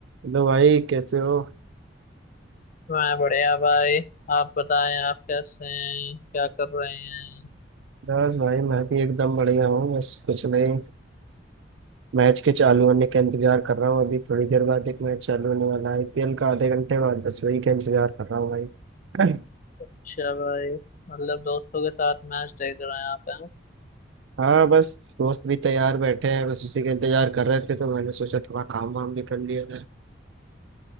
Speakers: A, on the right; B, on the left.
A: Hello भाई कैसे हो
B: मैं बढ़िया भाई आप बताएं आप कैसे हैं क्या कर रहे हैं
A: बस भाई मैं भी एकदम बढ़िया हूँ बस कुछ नहीं मैच के चालू होने का इंतजार कर रहा हूँ अभी थोड़ी देर बाद एक मैच चालू होने वाला है आईपीएल का आधे घंटे बाद बस वही का इंतजार कर रहा हूँ भाई
B: अच्छा भाई मतलब दोस्तों के साथ मैच देख रहे हैं आप हैं
A: हाँ बस दोस्त भी तैयार बैठे हैं बस उसी का इंतजार कर रहे थे तो मैंने सोचा थोड़ा काम वाम भी कर लिया जाए